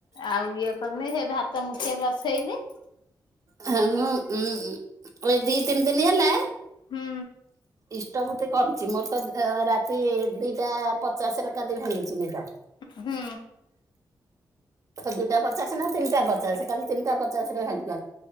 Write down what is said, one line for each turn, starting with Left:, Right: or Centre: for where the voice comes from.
Left: ଆଉ ଇଏ କଲିନି ହେଇ ଭାତ ମୁଠିଏ ବସେଇଲି।
Right: ହ ଲୋ ଉଁ ଏଇ ଦି ତିନି ଦିନ ହେଲା।
Left: ହୁଁ
Right: ଇଷ୍ଟବୁତ୍ତି କରିଚି ମୋର ତ ଅ ରାତି ଦିଟା ପ <unintelligible> <unintelligible> କାଲି ଭାଙ୍ଗିଚି ନିଦ
Left: ହୁଁ।
Right: ଦି ଟା ପଚାଶ ନା ତିନି ଟା ପଚାଶ କାଲି ତିନିଟା ପଚାଶ ରେ ଭାଙ୍ଗିଲା। <inaudible>